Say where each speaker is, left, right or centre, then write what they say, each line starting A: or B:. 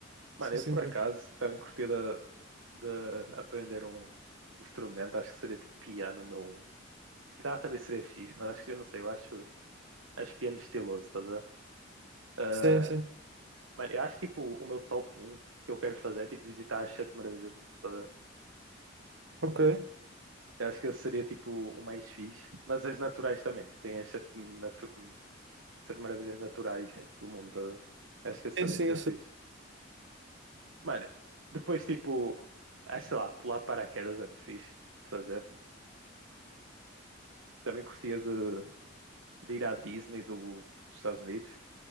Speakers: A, on the right; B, on the right.
A: Mano,
B: Sim,
A: eu
B: sem
A: por acaso também curtia de, de aprender um instrumento, acho que seria de piano, o meu. um. Guitarra também seria fixe, mas acho que eu não sei, eu acho, acho piano estiloso, estás a ver? Ah,
B: Sim, sim.
A: mano, eu acho que tipo o meu top um que eu quero fazer é tipo visitar as sete maravilhas do mundo, estás a ver?
B: Ok.
A: Eu acho que esse seria tipo o mais fixe, mas as naturais também, tipo, tem as sete, natu- sete maravilhas naturais do mundo, estás a ver? Acho que esse
B: Sim,
A: também
B: sim,
A: seria
B: eu sei.
A: fixe. Mano, depois tipo, acho sei lá, pular paraquedas era um fixe de fazer. Também curtia de, de ir à Disney do- dos Estados Unidos.